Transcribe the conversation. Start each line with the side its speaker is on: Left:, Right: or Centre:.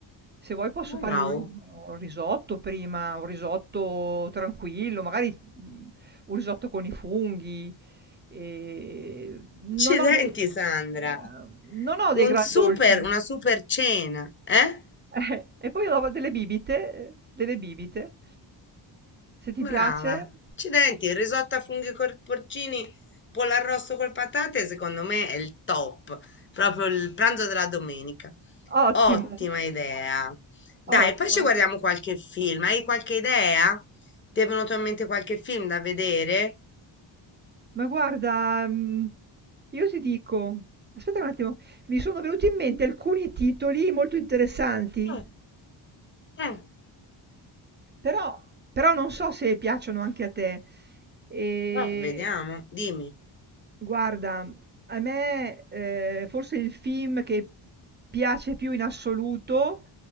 Right: Se vuoi posso
Left: Wow,
Right: fare un ri un risotto prima, un risotto tranquillo, magari, mhmm, un risotto con i funghi. Ehm,
Left: accidenti
Right: non ho dei ehm,
Left: Sandra.
Right: non ho dei
Left: Un
Right: gran
Left: super,
Right: dolci.
Left: una
Right: <laughs>
Left: super cena, eh?
Right: Eh, e poi ho delle bibite eh, delle bibite. Se ti
Left: Brava.
Right: piace?
Left: Accidenti, il risotto a funghi col porcini, pollo arrosto col patate, secondo me è il top, proprio il pranzo della domenica.
Right: Ottimo,
Left: Ottima idea. Dai,
Right: ottimo.
Left: poi ci guardiamo qualche film. Hai qualche idea? Ti è venuto in mente qualche film da vedere?
Right: Ma guarda, mhmm, io ti dico aspetta un attimo, mi sono venuti in mente alcuni titoli molto interessanti,
Left: Mm, mm,
Right: però però non so se piacciono anche a te. Ehm
Left: eh, Vediamo, dimmi.
Right: Guarda, a me, ehm, forse il film che piace più in assoluto